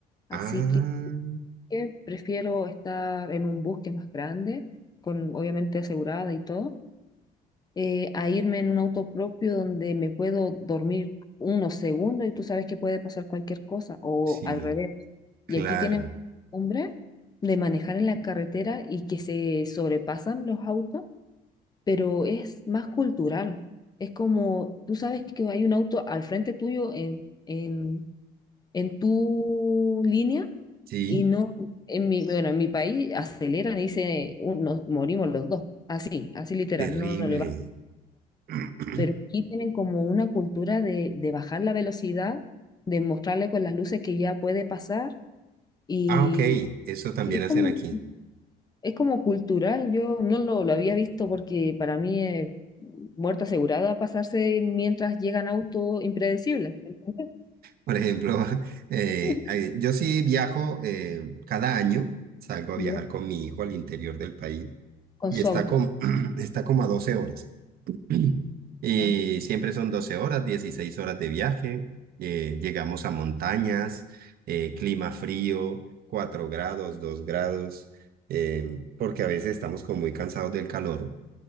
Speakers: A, on the left (about 25°); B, on the right (about 60°).
A: Así
B: Ah,
A: que eh, prefiero estar en un bus que es más grande, con obviamente asegurada y todo eh, a irme en un auto propio donde me puedo dormir unos segundos y tú sabes que puede pasar cualquier cosa o
B: sí,
A: al revés.
B: claro,
A: Y aquí tienen hombre de manejar en la carretera y que se sobrepasan los autos, pero es más cultural. Es como, tú sabes que hay un auto al frente tuyo en, en, en tu línea
B: sí,
A: y no, en mi, bueno, en mi país aceleran y dice, "Uh, nos morimos los dos. Así, así literal,
B: terrible.
A: no, no le va
B: <clears throat>
A: pero aquí tienen como una cultura de, de bajar la velocidad, de mostrarle con las luces que ya puede pasar y
B: Ah, ok, eso también
A: es
B: hacen
A: como,
B: aquí.
A: es como cultural, yo no lo, lo había visto porque para mí es muerte asegurada pasarse mientras llegan autos impredecibles, ¿entendés?
B: Por ejemplo, <laughs> eh,
A: <laughs>
B: eh, yo sí viajo eh, cada año, salgo a viajar
A: Ya,
B: con mi hijo al interior del país
A: Con
B: y
A: su
B: está
A: auto.
B: como, <clears throat> está como a 12 horas. <clears throat> Y
A: Ya.
B: siempre son 12 horas, 16 horas de viaje. eh, llegamos a montañas, eh, clima frío, 4 grados, 2 grados, eh, porque a veces estamos como muy cansados del calor.